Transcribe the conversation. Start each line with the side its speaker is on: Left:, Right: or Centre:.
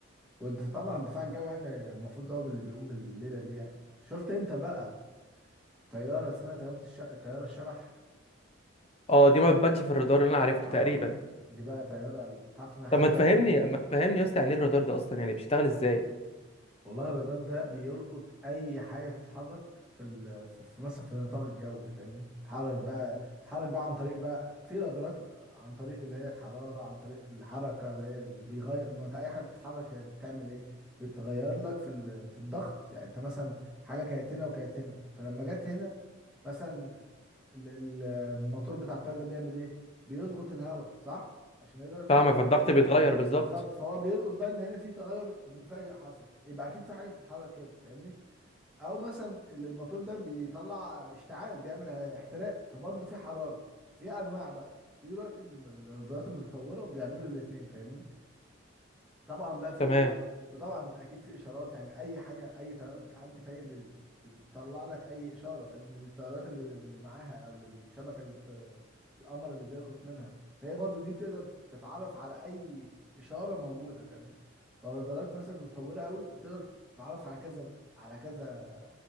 Centre: وانت طبعا الدفاع الجوي يعني المفروض ده هو اللي بيقوم بالليله دي يعني شفت انت بقى طياره اسمها طياره الش... طياره الشبح
Left: اه دي ما بتبانش في الرادار اللي انا عرفته
Centre: اه
Left: تقريبا
Centre: دي بقى طيارة ال- تعرف ان لحد
Left: طب ما
Centre: دلوقتي
Left: تفهمني ما تفهمني يا اسطى يعني ايه الرادار ده اصلا يعني بيشتغل ازاي
Centre: والله الرادار ده بيلقط اي حاجة بتتحرك في ال... في في مثلا في النطاق الجوي فاهمني تتحرك بقى تتحرك بقى عن طريق بقى في رادارات عن طريق اللي هي الحرارة عن طريق الحركة اللي هي اللي بيغير ما انت اي حاجة بتتحرك هي بتعمل ايه بتغير لك في ال... في الضغط يعني انت مثلا حاجة كانت هنا وكانت هنا فلما جت هنا مثلا ال- ال- الموتور بتاع الطيارة ده بيعمل ايه بيضغط الهواء صح عشان يقدر يتحرك
Left: فاهمك
Centre: بيضغط
Left: فالضغط بيتغير بالظبط
Centre: بالظبط فهو بيلقط بقى ان هنا في تغير مفاجئ حصل يبقى اكيد في حاجه بتتحرك هنا فاهمني او مثلا ال- الموتور ده بيطلع اشتعال بيعمل احتراق فبرضه في حراره في انواع بقى في دلوقتي الم- الرادارات المتطوره بيعملوا الاثنين فاهمني طبعا بقى في
Left: تمام
Centre: اشارات وطبعا اكيد في اشارات يعني اي حاجه اي طياره بتعدي فهي ب- ب- بتطلع لك اي اشاره فاهم للطيارات اللي اللي معاها او للشبكه اللي بت... القمر اللي بيلقط منها فهي برضو دي بتقدر تتعرف على اي اشاره موجوده فاهمني فالرادارات مثلا متطوره قوي بتقدر تتعرف على كذا على كذا